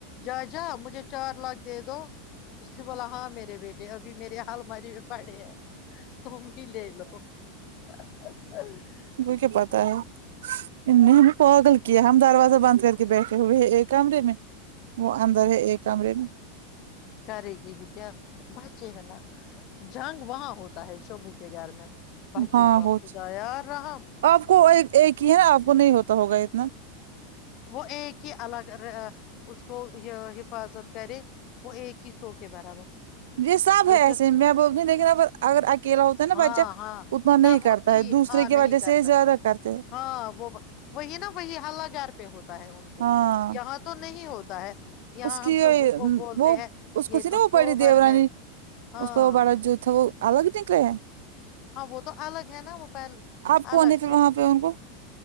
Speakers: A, on the left; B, on the right.
A: جا جا مجھے چار لاکھ دے دو اس نے بولا ہاں میرے بیٹے ابھی میرے الماری میں پڑے ہیں تم ہی لے لو <unintelligible>
B: وہ کیا پتا ہے انہو نے ہم پاگل کیا ہم دروازہ بند کر کے بیٹھے ہوئے ایک کمرے میں وہ اندر ہے ایک کمرے میں
A: کرے گی بھی کیا بچے ہے نا جنگ وہاں ہوتا ہے شبو کے گھر میں بچوں
B: ہاں
A: کا
B: ہو
A: خدا یا رہم
B: آپ کو ایک ہی ایک ہے نا آپ کو نہیں ہوتا ہوگا اتنا
A: وہ ایک ہی الگ اس کو حفاظت کرے وہ ایک ہی سو کے برابر ہے
B: یہ سب
A: وہ
B: ہے ایسے
A: جو
B: میں بوول نہیں لیکن اب اگر اکیلا ہوتا ہے نا
A: ہاں
B: بچہ
A: ہاں
B: اتنا نہیں
A: تب وہ
B: کرتا
A: ٹھیک
B: ہے دوسرے
A: ہاں
B: کی
A: نہیں
B: وجہ
A: کرتا
B: سے زیادہ کرتے ہے
A: ہاں وہ وہی نا وہی ہلہ گار پہ ہوتا ہے ان کو
B: ہاں
A: یہاں تو نہیں ہوتا ہے یہاں
B: اس کی
A: ہم شبو کو بولتے
B: وہ
A: ہیں
B: اس کو
A: یہ
B: س
A: تو
B: نا وہ
A: سوبر
B: پڑی دیورانی
A: ہے ہاں
B: اس کو بڑا جو تھا وہ الگ نکلے ہیں
A: ہاں وہ تو الگ ہے نا وہ پل
B: آپ کون
A: الگ
B: پھر
A: ہے
B: وہاں پہ ان کو